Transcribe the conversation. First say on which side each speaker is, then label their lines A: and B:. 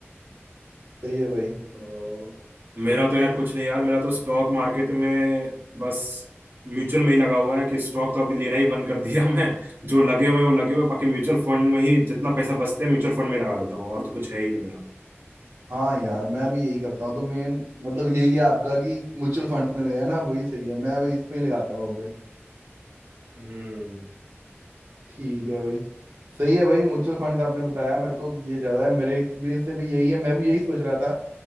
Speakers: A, on the right; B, on the right.
A: सही है भाई
B: तो मेरा
A: तो
B: तो यार कुछ नहीं यार मेरा तो स्टॉक मार्केट में बस म्यूचुअल में ही लगा हुआ है कि स्टॉक तो अभी लेना ही बंद कर <laughs> दिया मैं जो लगे हुए हैं वो लगे हुए हैं, बाकी म्यूचुअल फंड में ही जितना पैसा बचता है म्यूचुअल फंड में लगा देता हूँ और तो कुछ है ही नहीं मेरा
A: हाँ यार मैं भी यही करता हूँ तो मेन मतलब यही है आपका कि म्यूचुअल फंड्स में लगाया ना वही सही है मैं अभी इसमें ही लगाता हूँ
B: हम्म
A: ठीक है भाई सही है भाई म्यूचुअल फंड आपने बताया मेरे को कि ये ज्यादा है मेरे एक्सपीरियंस से भी यही है मैं भी यही सोच रहा था